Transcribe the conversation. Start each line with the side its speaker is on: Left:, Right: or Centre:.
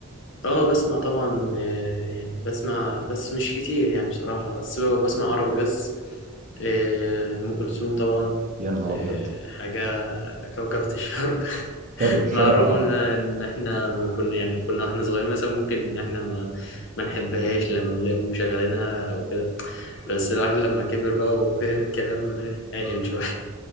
Left: اه بسمع طبعا آه، يعني بسمع بس مش كتير يعني بصراحة بس هو بسمع عربي بس آه، أم كلثوم طبعا
Right: يا نهار
Left: آه،
Right: ابيض
Left: حاجة كوكبة الشرق <laughs>
Right: كوكب الشرق
Left: مع الرغم
Right: طبعا
Left: إن إن إحنا ما كنا يعني كنا وإحنا صغيرين مثلا ممكن إن إحنا ما, ما نحبهاش لما نلاقيهم مشغلينها أو كده بس الواحد لما كبر بقى وفهم الكلام آه، عقل شوية